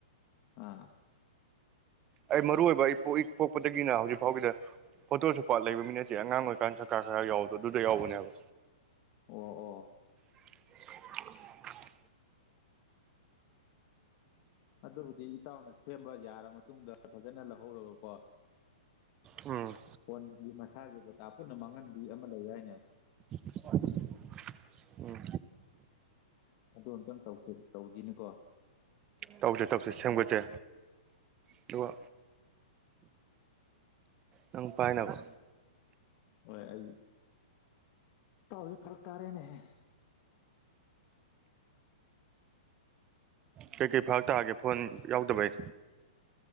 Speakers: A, on the left; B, on the right.
A: ꯑꯥ
B: ꯑꯩ ꯃꯔꯨ ꯑꯣꯏꯕ ꯑꯩ ꯄꯣꯛ ꯄꯣꯛꯄꯗꯒꯤꯅ ꯍꯧꯖꯤꯛ ꯐꯥꯎꯒꯤꯗ ꯐꯣꯇꯣꯁꯨ ꯄꯥꯠ ꯂꯩꯕ ꯃꯤ ꯅꯠꯇꯦ ꯑꯉꯥꯡ ꯑꯣꯏꯔꯤꯀꯥꯟ ꯁꯔ ꯈꯔ ꯈꯔ ꯌꯥꯎꯕꯗꯣ ꯑꯗꯨꯗ ꯌꯥꯎꯕꯅꯦꯕ
A: ꯑꯣ ꯑꯣ
B: <unintelligible>
A: ꯑꯗꯨꯕꯨꯗꯤ ꯏꯇꯥꯎꯅ ꯁꯦꯝꯕ ꯌꯥꯔ ꯃꯇꯨꯡꯗ ꯐꯖꯅ ꯂꯧꯍꯧꯔꯒꯀꯣ
B: ꯎꯝ
A: ꯐꯣꯟꯒꯤ ꯃꯁꯥꯒꯤ ꯗꯇꯥ ꯄꯨꯟꯅ ꯃꯥꯡꯍꯟꯕꯤ ꯑꯃ ꯂꯩ ꯍꯥꯏꯅꯦ
B: <inaudible> ꯎꯝ
A: ꯑꯗꯨ ꯑꯃꯝꯇꯪ ꯇꯧꯁꯤ ꯇꯧꯁꯤꯅꯤꯀꯣ
B: ꯇꯧꯁꯦ ꯇꯧꯁꯦ ꯁꯦꯝꯒꯠꯁꯦ ꯑꯗꯨꯒ ꯅꯪ ꯄꯥꯏꯅꯕ
A: ꯍꯣꯏ ꯑꯩ ꯇꯥꯎꯁꯦ ꯐꯔꯛ ꯇꯥꯔꯦꯅꯦꯍꯦ
B: ꯀꯩꯀꯩ ꯐꯔꯛ ꯇꯥꯒꯦ ꯐꯣꯟ ꯌꯥꯎꯗꯕꯩ